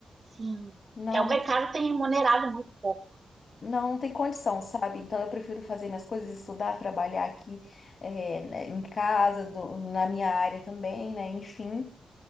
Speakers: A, on the right (about 45°); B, on the left (about 60°).
A: Sim.
B: Não,
A: É, o mercado tem remunerado muito pouco.
B: Não, não tem condição, sabe? Então eu prefiro fazer minhas coisas, estudar, trabalhar aqui eh, né, em casa, do- na minha área também, né? Enfim.